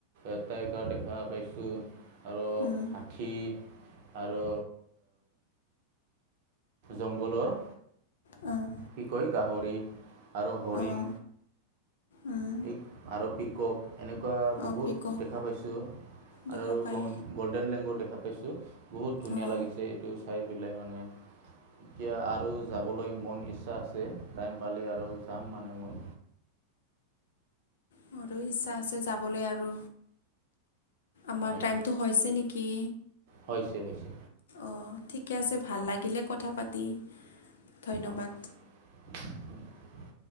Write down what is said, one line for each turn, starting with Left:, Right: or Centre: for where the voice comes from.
Right: এটাই কাৰ দেখা পাইছোঁ আৰু
Left: উম,
Right: হাতী আৰু জংঘলৰ
Left: অ',
Right: কি কয় গাহৰি আৰু হৰিণ
Left: অঁ উম,
Right: এই আৰু পিকক এনেকুৱা
Left: অঁ
Right: বহুত
Left: পিকক
Right: দেখা পাইছোঁ,
Left: দেখা
Right: আৰু
Left: পায়
Right: গ গ'ল্ডেন লেংগু দেখা পাইছো বহুত ধুনীয়া
Left: অঁ
Right: লাগিছে এইটো চাই পেলাই, মানে এতিয়া আৰু যাবলৈ মন ইচ ইচ্ছা আছে, টাইম পালে আৰু যাম মানে মই
Left: মোৰ ইচ্ছা আছে যাবলৈ আৰু, আমাৰ
Right: হয়
Left: টাইমটো হৈছে নেকি
Right: হৈছে হৈছে
Left: অ', ঠিকে আছে, ভাল লাগিলে কথা পাতি ধন্যবাদ
Right: অঁ <unintelligible>